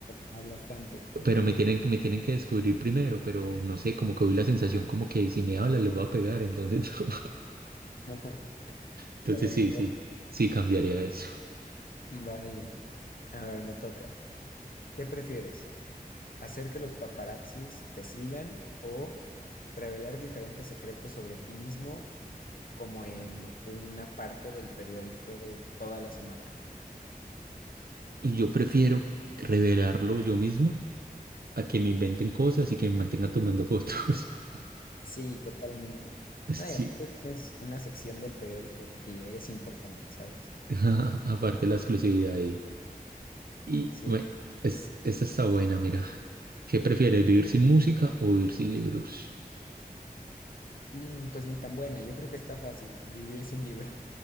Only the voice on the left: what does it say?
no hablas tanto, ok.
<laughs>
A lo mejor.
Vale. A ver, me toca. ¿Qué prefieres? ¿Hacer que los paparazzis te sigan o revelar diferentes secretos sobre ti mismo como en una parte del periódico de toda la semana?
Sí, totalmente.
No, y aparte tienes una sección del periódico de ti, eres importante, ¿sabes?
Sí.
Mm, pues ni tan buena, yo creo que está fácil vivir sin libro.